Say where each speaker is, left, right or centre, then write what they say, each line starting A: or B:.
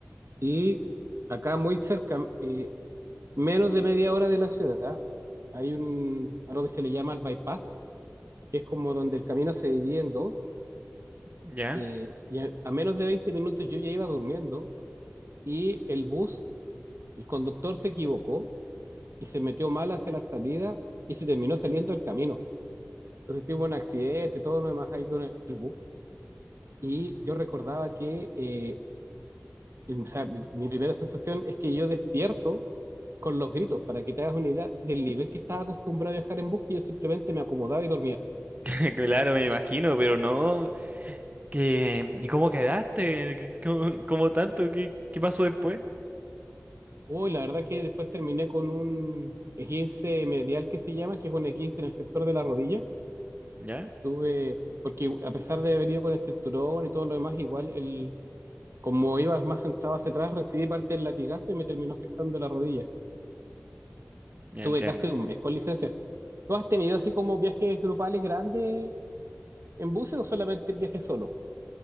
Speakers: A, on the right (about 60°); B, on the right (about 30°).
A: y acá muy cerca eh, menos de media hora de la ciudad, hay un, algo que se le llama el bypass, que es como donde el camino se divide en dos,
B: Ya,
A: eh, y a, a menos de 20 minutos yo ya iba durmiendo y el bus, el conductor se equivocó y se metió mal hacia la salida y se terminó saliendo el camino. Entonces tuvo un accidente, todo lo demás ahí con el bus. Y yo recordaba que, eh, o sea, mi, mi primera sensación es que yo despierto con los gritos, para que te hagas una idea del nivel que estaba acostumbrado a viajar en bus, y yo simplemente me acomodaba y dormía.
B: <laughs> claro, me imagino, pero no, que, ¿y cómo quedaste? ¿Qué- ¿Cómo, cómo tanto? ¿Qué, qué pasó después?
A: Uy, la verdad que después terminé con un esguince medial que se llama, que es un esguince en el sector de la rodilla.
B: Ya,
A: Tuve, porque a pesar de haber ido con el cinturón y todo lo demás, igual el, como iba más sentado hacia atrás, recibí parte del latigazo y me terminó afectando la rodilla.
B: ya
A: Tuve
B: entiendo.
A: casi un mes con licencia. ¿Tú has tenido así como viajes grupales grandes en buses o solamente viajes solo?